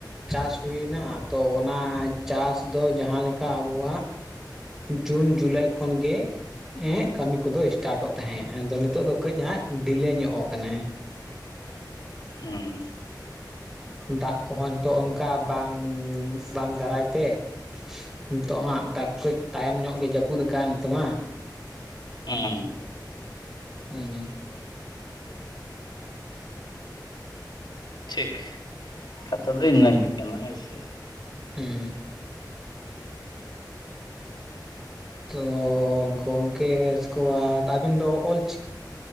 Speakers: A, in the centre; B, on the left.
A: ᱪᱟᱥ ᱦᱩᱭᱮᱱᱟ ᱛᱚ ᱚᱱᱟ ᱪᱟᱥ ᱫᱚ ᱡᱟᱦᱟᱸ ᱞᱮᱠᱟ ᱟᱵᱚᱣᱟᱜ ᱡᱩᱱ ᱡᱩᱞᱟᱭ ᱠᱷᱚᱱᱜᱮ ᱦᱮᱸ ᱠᱟᱹᱢᱤ ᱠᱚᱫᱚ ᱤᱥᱴᱟᱴᱚᱜ ᱛᱟᱦᱮᱸᱫ ᱟᱫᱚ ᱱᱤᱛᱚᱜ ᱫᱚ ᱠᱟᱹᱡ ᱦᱟᱸᱜ ᱰᱤᱞᱮ ᱧᱚᱜ ᱟᱠᱟᱱᱟ
B: ᱦᱩᱸ
A: ᱫᱟᱜ ᱠᱚᱦᱚᱸ ᱱᱤᱛᱚᱜ ᱚᱱᱠᱟ ᱵᱟᱝ ᱵᱟᱝ ᱫᱟᱨᱟᱭ ᱛᱮ ᱱᱤᱛᱚᱜ ᱦᱟᱸᱜ ᱫᱟᱜ ᱠᱟᱹᱡ ᱛᱟᱭᱚᱢ ᱧᱚᱜ ᱜᱮ ᱡᱟᱹᱯᱩᱫ ᱟᱠᱟᱜ ᱱᱚᱛᱮ ᱢᱟ
B: ᱦᱩᱸ
A: ᱦᱩᱸ
B: ᱴᱷᱤᱠ ᱠᱟᱛᱷᱟ ᱫᱚ ᱤᱱᱟᱹᱜᱤ ᱠᱟᱱᱟ ᱦᱮᱸᱥᱮ᱾
A: ᱦᱩᱸ ᱛᱚ ᱜᱚᱝᱠᱮ ᱚᱥᱠᱮᱵᱟᱫ ᱟᱹᱵᱤᱱ ᱫᱚ ᱚᱞᱪᱤᱠᱤ